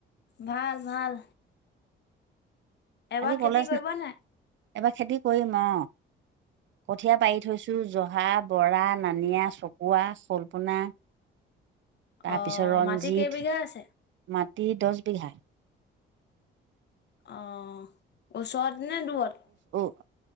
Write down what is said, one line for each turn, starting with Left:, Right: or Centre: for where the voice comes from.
Left: ভাল ভাল। এবাৰ
Right: আজি
Left: খেতি
Right: কলেজ
Left: কৰিব
Right: না
Left: নাই।
Right: এবাৰ খেতি কৰিম অ, কঠীয়া পাৰি থৈছো জ পহা, বৰা নানিয়া, চকোৱা, শলপোনা তাৰপিছত
Left: অ',
Right: ৰঞ্জিত
Left: মাটি কেইবিঘা আছে?
Right: মাটি দচ বিঘা।
Left: অ' ওচৰত নে দূৰত
Right: অ